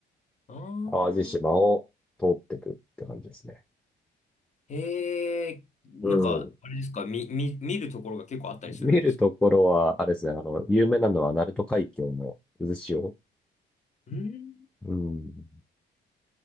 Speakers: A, on the left (about 35°); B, in the centre.
A: あー、
B: 淡路島を通っていくって感じですね。
A: へえ、なんか、
B: うん
A: あれですか、み、み、見るところが結構あったりするんですか
B: 見るところは、あれですね、あの、有名なのは、鳴門海峡の渦潮。
A: うん
B: うん。